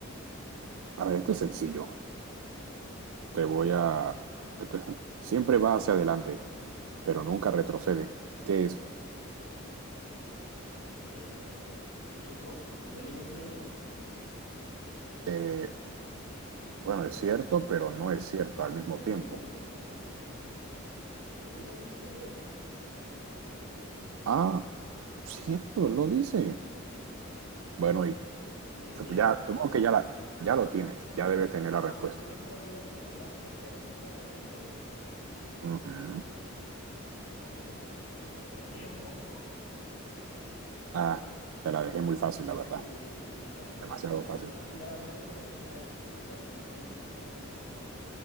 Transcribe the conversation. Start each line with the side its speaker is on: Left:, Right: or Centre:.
Right: a ver, este es sencillo. Te
Left: A
Right: voy
Left: ver,
Right: a... esto es- Siempre va hacia adelante, pero nunca retrocede. ¿Qué es?
Left: eh, Echo de League of Legends,
Right: Eh, bueno, es cierto, pero no es cierto al mismo
Left: él lo
Right: tiempo.
Left: dice, ¿eh? Él lo dice, de hecho.
Right: Ah, cierto, él lo dice. Bueno, y
Left: Sí, sí,
Right: sup-
Left: él
Right: ya,
Left: lo dice.
Right: supongo que ya, la, ya lo tienes, ya debes tener
Left: Ah,
Right: la respuesta.
Left: siempre voy hacia adelante, pero nunca retrocedo.
Right: Ujú.
Left: Ah, bueno, yo creo el tiempo, ¿no?
Right: Ah, te la dejé muy fácil, la verdad.
Left: Y además
Right: Demasiado
Left: de que lo decía,
Right: fácil.
Left: lo- además de que lo decía Echo, y Eco de League of Legends siempre lo dice.